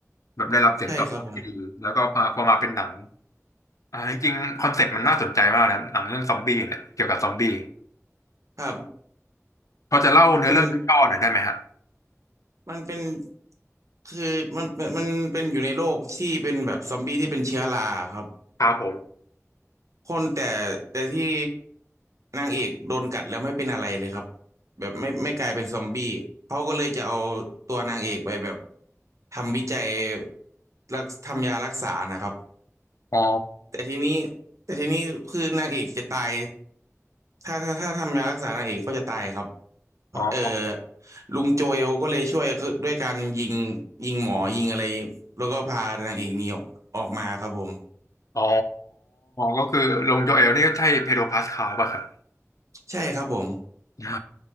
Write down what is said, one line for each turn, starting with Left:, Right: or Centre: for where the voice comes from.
Left: แบบได้รับเสียงตอบรับที่ดีแล้วก็พอพอมาเป็นหนัง
Right: ใช่ครับผม
Left: อ่าจริงๆคอนเซ็ปต์มันน่าสนใจมากนะหนังเรื่องซอมบี้เนี่ยเกี่ยวกับซอมบี้
Right: ครับ
Left: พอจะเล่าเนื้อเรื่องย่อหน่อยได้ไหมฮะ
Right: เป็นมันเป็นคือมันมันมันเป็นอยู่ในโลกที่เป็นแบบซอมบี้ที่เป็นเชื้อราครับ
Left: ครับผม
Right: คนแต่แต่ที่นางเอกโดนกัดแล้วไม่เป็นอะไรเลยครับแบบไม่ไม่กลายเป็นซอมบี้เขาก็เลยจะเอาตัวนางเอกไปแบบทำวิจัยรักทำยารักษานะครับ
Left: อ๋อ
Right: แต่ทีนี้แต่ทีนี้คือนางเอกจะตาย ถ้าถ้าถ้าทำยารักษานางเอกก็จะตายครับ
Left: อ๋อ
Right: เออลุงโจเอลก็เลยช่วยก็ด้วยการยิงยิงหมอยิงอะไรแล้วก็พานางเอกหนีออกออกมาครับผม
Left: อ๋อก็คือลงโจเอลนี่ก็ใช่เพโดรพาสคาลป่ะครับ
Right: ใช่ครับผม
Left: อ่า